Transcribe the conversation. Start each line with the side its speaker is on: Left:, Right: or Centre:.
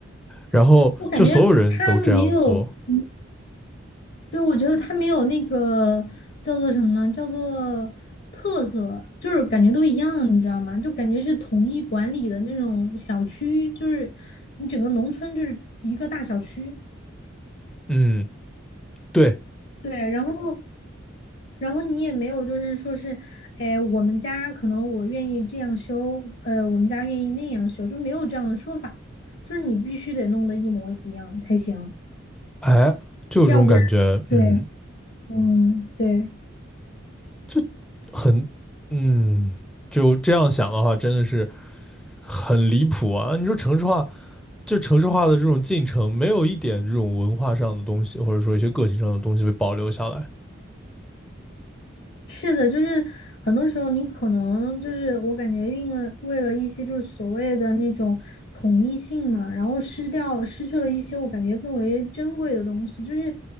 Centre: 然后就所有人都这样做，
Left: 我感觉它没有，嗯对，我觉得它没有那个叫做什么呢？叫做特色，就是感觉都一样，你知道吗？就感觉是统一管理的那种小区，就是你整个农村就是一个大小区。
Centre: 嗯，对，
Left: 对，然后然后你也没有就是说是，哎，我们家可能我愿意这样修，呃，我们家愿意那样修，就没有这样的说法，就是你必须得弄得一模一样才行，
Centre: 哎，就有这种感觉，
Left: 要不然对，
Centre: 嗯，
Left: 嗯，对。
Centre: 就很，嗯，就这样想的话，真的是很离谱啊！你说城市化，就城市化的这种进程，没有一点这种文化上的东西，或者说一些个性上的东西被保留下来，
Left: 是的，就是很多时候你可能就是我感觉运了为了一些就是所谓的那种统一性嘛，然后失掉失去了一些我感觉更为珍贵的东西，就是